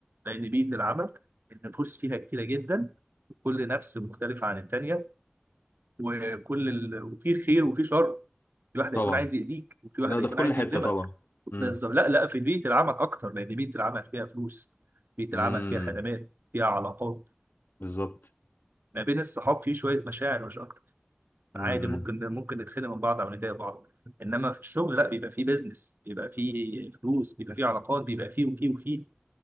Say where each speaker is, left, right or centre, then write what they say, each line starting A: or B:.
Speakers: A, on the right (about 60°); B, on the left (about 55°).
A: لان بيئه العمل النفوس فيها كتيره جدا كل نفس مختلفه عن التانيه وكل ال... وفي خير وفي شر في واحد
B: طبعا
A: هيكون عايز يأذيك وفي واحد
B: لا ده
A: هيكون
B: في كل
A: عايز
B: حته
A: يخدمك
B: طبعا امم
A: بس لا لا في بيئة العمل أكتر لأن بيئة العمل فيها فلوس بيئة
B: امم
A: العمل فيها خدمات فيها علاقات
B: بالظبط
A: ما بين الصحاب في شوية مشاعر مش أكتر
B: امم
A: عادي ممكن ممكن نتخانق من بعض أو نضايق بعض إنما في الشغل لا بيبقى فيه بيزنس بيبقى فيه فلوس بيبقى فيه علاقات بيبقى فيه وفيه وفيه